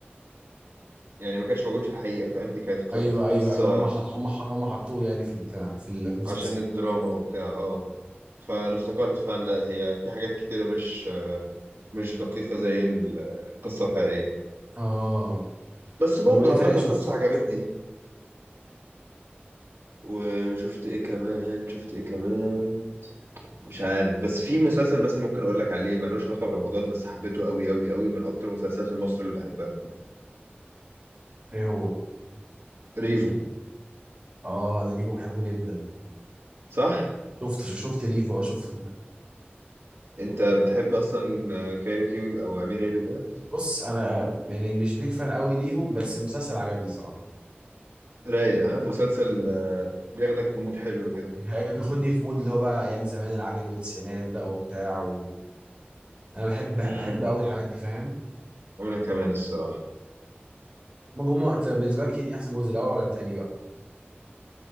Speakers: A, on the right; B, on the right.
A: يعني ما كانش موجود في الحقيقة فاهم دي كانت ق-
B: ايوه ايوه
A: قصة
B: ايوه هم حط هم حط هم حطوه يعني في البتاع في ال- في المسلسل
A: عشان الدراما وبتاع اه فانا افتكرت فعلا لا هي في حاجات كتيرة مش مش دقيقة زي ال- القصة الحقيقية
B: اه
A: بس برضو
B: طب وايه
A: عامة
B: تاني
A: القصة
B: شفته
A: عجبتني وشفت ايه كمان شفت ايه كمان مش عارف بس في مسلسل مثلا ممكن اقول لك عليه ملوش علاقه برمضان بس حبيته قوي قوي قوي من اكتر المسلسلات المصري اللي بحبها
B: ايه هو
A: ريفو
B: اه انا ريفو بحبه جدا
A: صح
B: شفت شفت ريفو اه شفته
A: انت بتحب اصلا كايروكي او امير عيد وكده
B: بص انا يعني مش بيك فان قوي ليهم بس المسلسل عجبني صراحه
A: رايق ها مسلسل آه، بياخدك في مود حلو كده
B: هي- بياخدني في مود اللي هو بقى ايام زمان العجمي والتسعينات بقى وبتاع و... انا بحب بحب
A: امم
B: قوي الحاجات دي فاهم
A: وانا كمان الصراحه
B: ما هم انت بالنسبه لك إيه احسن جزء الاول ولا التاني بقى